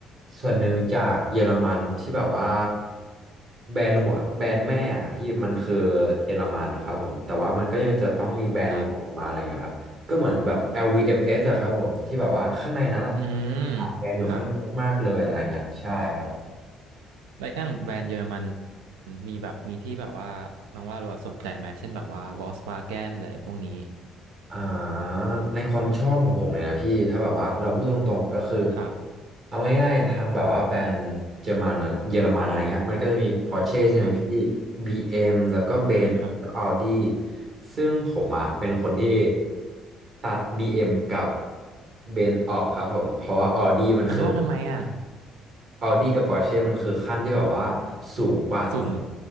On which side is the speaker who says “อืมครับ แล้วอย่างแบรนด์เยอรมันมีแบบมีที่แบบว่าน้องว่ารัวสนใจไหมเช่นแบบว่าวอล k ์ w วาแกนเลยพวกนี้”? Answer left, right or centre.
Right